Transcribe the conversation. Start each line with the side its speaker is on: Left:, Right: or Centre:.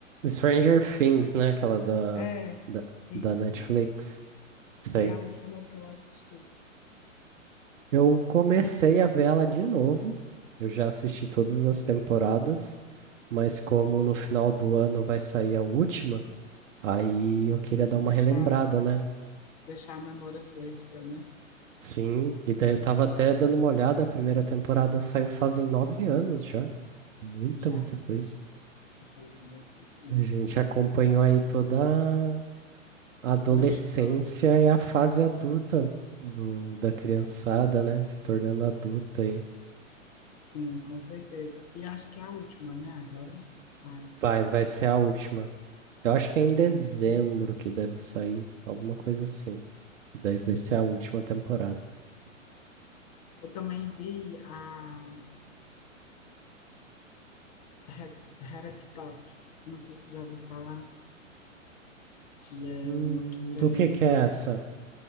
Right: Stranger Things, né? Aquela da,
Left: É,
Right: da,
Left: isso.
Right: da Netflix. Sei.
Left: Foi a última que eu assisti.
Right: Eu comecei a ver ela de novo. Eu já assisti todas as temporadas, mas como no final do ano vai sair a última, aí eu queria dar uma
Left: Deixar,
Right: relembrada, né?
Left: deixar a memória fresca, né?
Right: Sim, e daí eu tava até dando uma olhada, a primeira temporada saiu fazem nove anos já. Muita,
Left: Já,
Right: muita coisa.
Left: faz um bom tempinho.
Right: A gente acompanhou aí toda a adolescência
Left: Uma história,
Right: e a fase adulta do, da criançada, né? Se tornando adulta aí.
Left: sim, com certeza. E acho que é a última, né? Agora, a
Right: vai, vai ser a última. Eu acho que é em
Left: que.
Right: dezembro que deve sair, alguma coisa assim. E daí vai ser
Left: é.
Right: a última temporada.
Left: Eu também vi a Head, Head Stop, não sei se você já ouviu falar, que é
Right: Hum,
Left: uma que tem.
Right: do que que
Left: do-
Right: é essa?